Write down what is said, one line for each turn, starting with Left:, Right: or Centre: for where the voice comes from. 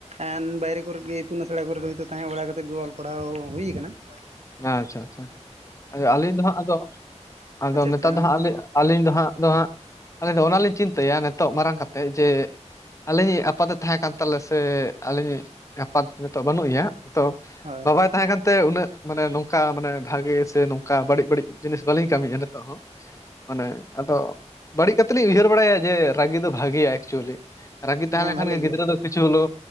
Right: ᱮᱸᱱ ᱵᱟᱭᱨᱮ ᱠᱚᱨᱮᱫ ᱜᱮ ᱤᱛᱩᱱ ᱟᱥᱲᱟ ᱠᱚᱨᱮ ᱜᱮ ᱦᱳᱭᱛᱳ ᱛᱟᱦᱮᱸ ᱵᱟᱲᱟ ᱠᱟᱛᱮᱫ ᱜᱮ ᱚᱞ ᱯᱟᱲᱦᱟᱣ ᱦᱩᱭ ᱠᱟᱱᱟ ᱾
Left: ᱟᱪᱪᱷᱟ ᱟᱪᱪᱷᱟ, ᱟᱹᱞᱤᱧ ᱫᱚ ᱦᱟᱸᱜ ᱟᱫᱚ ᱟᱫᱚ
Right: ᱟᱪᱪᱷᱟ
Left: ᱱᱮᱛᱟᱨ
Right: ᱟᱪᱪᱷᱟ ᱦᱮᱸ
Left: ᱫᱚ
Right: ᱢᱟ
Left: ᱦᱟᱸᱜ ᱟᱞᱮ ᱟᱹᱞᱤᱧ ᱫᱚ ᱦᱟᱸᱜ ᱫᱚ ᱦᱟᱸᱜ ᱟᱹᱞᱤᱧ ᱫᱚ ᱚᱱᱟ ᱞᱤᱧ ᱪᱤᱱᱛᱟᱹᱭᱟ ᱱᱤᱛᱚᱜ ᱢᱟᱨᱟᱝ ᱠᱟᱛᱮᱜ ᱡᱮ ᱟᱹᱞᱤᱧ ᱤᱡ ᱟᱯᱟᱛ ᱮ ᱛᱟᱦᱮᱸ ᱠᱟᱱ ᱛᱟᱞᱮᱭᱟ ᱥᱮ ᱟᱹᱞᱤᱧ ᱤᱡ ᱟᱯᱟᱛ ᱱᱤᱛᱚᱜ ᱵᱟᱹᱱᱩᱜ ᱮᱭᱟ ᱛᱚ
Right: ᱦᱳᱭ
Left: ᱵᱟᱵᱟᱭ ᱛᱟᱦᱮᱸ ᱠᱟᱱᱛᱮ ᱩᱱᱟᱹᱜ ᱢᱟᱱᱮ ᱱᱚᱝᱠᱟ ᱢᱟᱱᱮ ᱵᱷᱟᱜᱮ ᱥᱮ ᱱᱚᱝᱠᱟ ᱵᱟᱹᱲᱤᱡ ᱵᱟᱹᱲᱤᱡ ᱡᱤᱱᱤᱥ ᱵᱟᱹᱞᱤᱧ ᱠᱟᱹᱢᱤᱭᱟ ᱱᱤᱛᱚᱜ ᱦᱚᱸ ᱾ ᱢᱟᱱᱮ ᱟᱫᱚ ᱵᱟᱹᱲᱤᱡ ᱠᱟᱛᱮ ᱞᱤᱧ ᱩᱭᱦᱟᱹᱨ ᱵᱟᱲᱟᱭᱟ ᱡᱮ ᱨᱟᱹᱜᱤ ᱫᱚ ᱵᱷᱟᱜᱮᱭᱟ ᱮᱠᱪᱩᱭᱮᱞᱤ ᱾ ᱨᱟᱹᱜᱤ ᱛᱟᱦᱮᱸ
Right: ᱦᱮᱸ
Left: ᱞᱮᱱ ᱠᱷᱟᱱ
Right: ᱵᱷᱟᱞᱮ
Left: ᱜᱮ ᱜᱤᱫᱽᱨᱟᱹ
Right: ᱜᱮᱭᱟ
Left: ᱫᱚ ᱠᱤᱪᱷᱩ ᱦᱳᱞᱳ